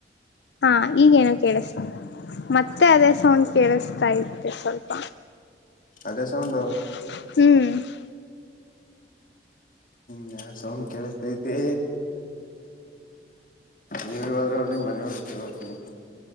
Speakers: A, on the left; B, on the left.
A: ಹಾ ಈಗೇನು ಕೇಳಸ ಮತ್ತೆ ಅದೇ ಸೌಂಡ್ ಕೇಳಸತಾ ಐತೆ ಸ್ವಲ್ಪ.
B: ಅದೇಶೌಂಡೋ
A: ಹ್ಮ.
B: ಏನೋ ಸೌಂಡ್ ಕೇಳಿಸತೈತೆ. ನೀವಾದ್ರರು ಅಲ್ಲಿ ಮನಳ <unintelligible>